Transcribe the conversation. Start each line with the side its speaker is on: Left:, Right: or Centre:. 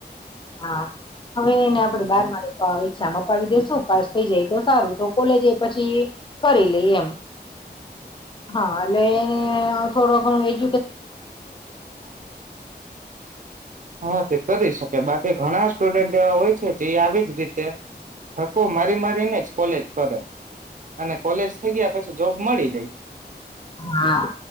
Left: હા હવે એને આપણે બારમાની એક્ઝામ અપાવી દેસુ પાસ થઈ જાય તો સારું તો કોલેજ પછી કરી લઈ એમ હા એટ થોડો ઘણું એજ
Right: હા તે કદી શ કે બાકી ઘણા સ્ટુડન્ટ એવા હોય જે આવી જ રીતે ઠકો મારી મારીને જ કોલેજ કરે. અને કોલેજ થઇ ગયા પછી જોબ મળી જાય.
Left: હા